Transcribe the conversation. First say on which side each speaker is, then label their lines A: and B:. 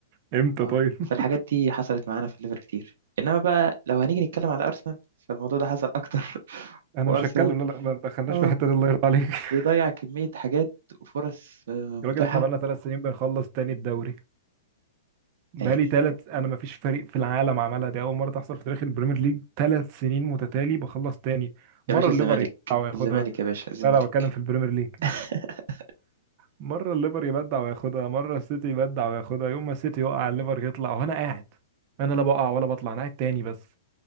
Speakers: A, on the right; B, on the right.
A: ايه امتى
B: اه
A: طيب
B: فالحاجات دي حصلت معانا في الليفر كتير انما بقى لو هنيجي نتكلم على ارسنال فالموضوع ده حصل اكتر <laughs>
A: انا
B: وارسنال
A: مش هتكلم لا لا ما دخلناش
B: اه
A: في الحته دي الله يرضى عليك <laughs>
B: بيضيع كمية حاجات وفرص آه،
A: يا راجل
B: متاحة
A: احنا بقالنا ثلاث سنين بنخلص تاني الدوري بقالي
B: يعني
A: ثلاث انا ما فيش فريق في العالم عملها دي اول مره تحصل في تاريخ البريمير ليج ثلاث سنين متتالي بخلص تاني مره
B: يا باشا
A: الليفر
B: الزمالك
A: يبدع وياخدها
B: الزمالك يا باشا الزمالك
A: لا لا بتكلم في البريمير ليج <laughs>
B: <laughs>
A: مره الليفر يبدع وياخدها مره السيتي يبدع وياخدها يوم ما السيتي يقع الليفر يطلع وانا قاعد انا لا بقع ولا بطلع انا قاعد تاني بس